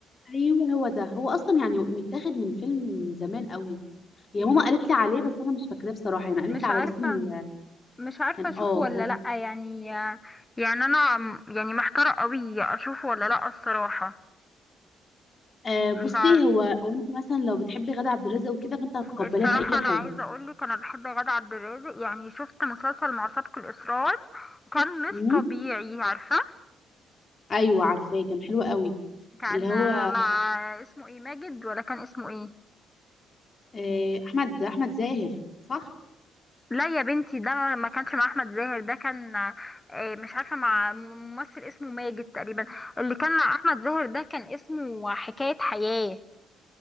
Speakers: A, on the left (about 40°); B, on the left (about 20°).
A: ايوه هو ده هو اصلا يعني متاخد من فيلم من زمان قوي هي
B: صح
A: ماما قالت لي عليه بس انا مش فاكراه بصراحه يعني قالت
B: مش
A: لي على
B: عارفة
A: اسم ال...
B: مش عارفة
A: كان
B: اشوفه
A: اه
B: ولا
A: كان
B: لأ يعني يعني انا م- يعني محتارة قوي اشوفه ولا لأ الصراحة
A: آه بصي
B: مش عارف
A: هو هو انت مثلا لو بتحبي غادة عبد الرازق وكده فانت هتقبليها
B: الصراحة
A: في اي
B: أنا
A: حاجه
B: عايزة أقولك أنا بحب غادة عبد الرازق يعني شفت مسلسل مع سابق الإصرار كان مش
A: امم
B: طبيعي عارفة
A: ايوه عارفاه كان حلو قوي
B: كان
A: اللي هو
B: مع اسمه ايه ماجد ولا كان اسمه ايه
A: آه احمد احمد زاهر صح
B: لا يا بنتي ده ما كانش مع أحمد زاهر ده كان آه، مش عارفة مع ممثل اسمه ماجد تقريبا اللي كان مع أحمد زاهر ده كان اسمه حكاية حياة